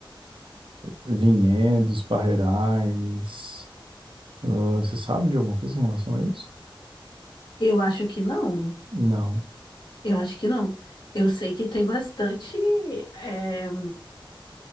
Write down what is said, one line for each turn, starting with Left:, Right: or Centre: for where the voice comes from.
Right: vinhedos, parreirais. Ah, você sabe de alguma coisa em relação a isso?
Left: Eu acho que não.
Right: Não.
Left: Eu acho que não. Eu sei que tem bastante, é,